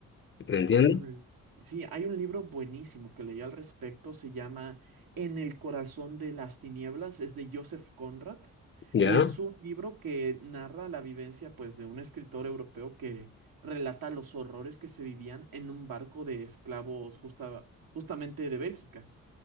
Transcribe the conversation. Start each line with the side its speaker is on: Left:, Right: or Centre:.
Left: ¿Me entiendes?
Right: Hay un, sí, hay un libro buenísimo que leí al respecto, se llama En el corazón de las tinieblas, es de Joseph Conrad,
Left: Ya.
Right: y es un libro que narra la vivencia, pues, de un escritor europeo que relata los horrores que se vivían en un barco de esclavos justa- justamente de Bélgica.